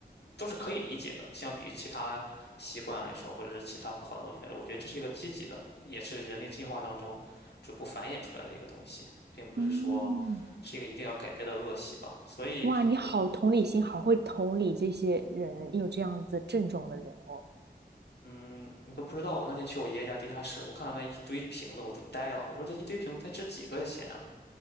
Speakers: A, on the left; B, on the right.
A: 都是可以理解的，相比于其他习惯来说，或者是其他不好的东西来说，我觉得这是一个积极的，也是人类进化当中逐步繁衍出来的一个东西，并不是说是一个一定要改掉的恶习吧。
B: 嗯。
A: 所以我，
B: 哇，你好同理心，好会同理这些人有这样子症状的人哦。
A: 嗯，你都不知道，我那天去我爷爷家地下室，我看到那一堆瓶子，我都呆了。我说这一堆瓶子才值几个的钱啊！